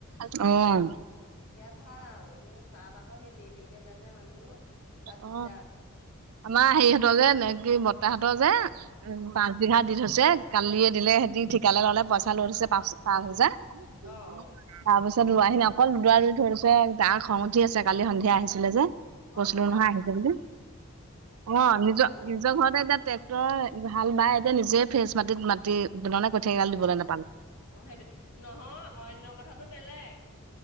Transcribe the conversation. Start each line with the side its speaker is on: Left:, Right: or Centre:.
Right: অহ।
Left: ইয়াত ভাল কিন্তু তাত আকৌ সেই দেৰি-দেৰিকে যায় যে মানুহবোৰ। তাত দিগদাৰ
Right: অ, আমাৰ হেৰিহঁতৰ যে নে কি বত্তা হঁতৰ যে উম, পাঁচ বিঘা দি থৈছে, কালিয়ে দিলে সিহঁতি ঠিকালে ল'লে, পইচা লৈ থৈছে পাঁচ-পাঁচ হাজাৰ। তাৰ
Left: অ অ
Right: পিছ ত লোৱাহি নাই অকল <unintelligible> ধৰিছে। তাৰ খং উঠি আছে কালি সন্ধিয়া আহিছিলে যে। কৈছিলো
Left: অ বু
Right: নহয় আহিছে বুলি। অ,
Left: বোকাবোৰ
Right: নিজৰ-নিজৰ ঘৰতে এতিয়া ট্ৰেক্টৰ হাল বাই এতিয়া নিজে ফ্ৰেচ মাটিত মাটি মানে কঠীয়া কেইডাল দিবলৈ
Left: অঁ
Right: নাপালে
Left: অঁ, সেইটোৱে। নহয় অন্য কথাটো বেলেগ।